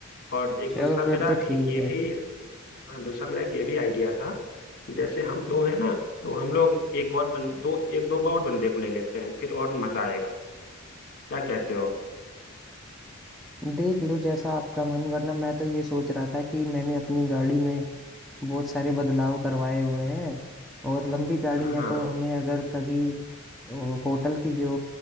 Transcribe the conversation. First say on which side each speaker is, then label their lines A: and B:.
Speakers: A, on the left; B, in the centre.
A: और एक
B: चलो
A: दूसरा मेरा
B: फिर तो
A: एक
B: ठीक
A: ये
B: है
A: भी हाँ दूसरा मेरा एक ये भी आइडिया था कि जैसे हम दो है ना तो हम लोग एक और बन, दो एक दो और बंदे को ले लेते हैं फिर और मजा आएगा क्या कहते हो
B: देख लो जैसा आपका मन वरना मैं तो ये सोच रहा था कि मैंने अपनी गाड़ी में बहुत सारे बदलाव करवाए हुए हैं और लंबी गाड़ी
A: हाँ
B: है तो हमें अगर कभी ओ, होटल की जो